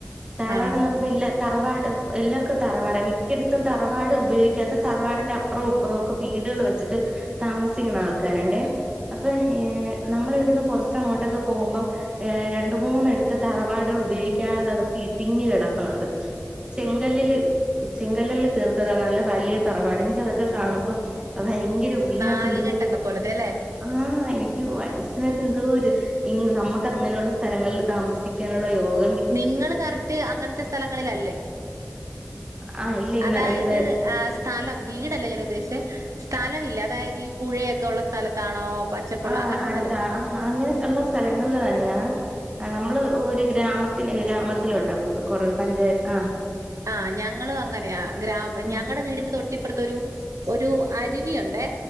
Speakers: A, on the right (about 20°); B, on the right (about 80°).
A: തറവാട്ന്ന്
B: ആഹ്
A: <unintelligible> തറവാട് എല്ലാവർക്കും തറവാടാ മിക്കിടത്തും തറവാട് ഉപയോഗിക്കാതെ തറവാടിന്റെ അപ്പുറവും അപ്പുറവും ഒക്കെ വീടുകൾ വെച്ചിട്ട് താമസിക്കുന്ന ആൾക്കാരിണ്ടേ അപ്പൊ ഏ നമ്മൾ ഇവിടുന്ന് കുറച്ച് അങ്ങോട്ടൊക്കെ പോകുമ്പം രണ്ട മൂന്നെടുത്ത് തറവാടുകൾ ഉപയോഗിക്കാതെ അതൊക്കെ ഇടിഞ്ഞു കിടക്കണുണ്ട് ചെങ്കല്ലില് ചെങ്കല്ലില് തീർത്തതാ നല്ല വലിയ തറവാട് എനിക്കതൊക്കെ കാണുമ്പം ഭയ ഭയങ്കര ഉള്ളിനകത്ത്
B: നാലുകെട്ടൊക്കെ
A: എന്തോര്
B: പോലത്തെ അല്ലേ
A: ആഹ് എ എനിക്ക് മനസിനത്ത് എന്തോരു നമുക്ക് അങ്ങനെയുള്ള സ്ഥലങ്ങളിൽ താമസിക്കാനുള്ള യോഗ
B: നിങ്ങൾ കറക്റ്റ് അങ്ങനത്തെ സ്ഥലങ്ങളില
A: ആഹ് ഇല്ല ഇന്ന്
B: അതായത്
A: എന്ത്
B: ആ സ്ഥലം വീടല്ലേ ഞാൻ ഉദ്ദേശിച്ചെ സ്ഥലമില്ല അതായത് ഈ പുഴയൊക്കെ ഉള്ള സ്ഥലത്താണോ പച്ചപ്പുള്ള
A: ആ
B: അങ്ങനത്തെ
A: അടുത്ത
B: സ്ഥലത്ത്
A: ആ അങ്ങനെ ഉള്ള സ്ഥലങ്ങളിൽ തന്നെ ഞാ നമ്മള് ഒരു ഗ്രാമത്തിന് ഗ്രാമത്തിലോട്ടാ കുറെ പഞ്ചായത്ത് ആ
B: ആ ഞങ്ങളും അങ്ങനെയ ഗ്രാമ
A: ആഹ്
B: ഞങ്ങളടെ വീടിന്ന് തൊട്ട് ഇപ്പറത്തൊരു ഒരു അരുവിയുണ്ടെ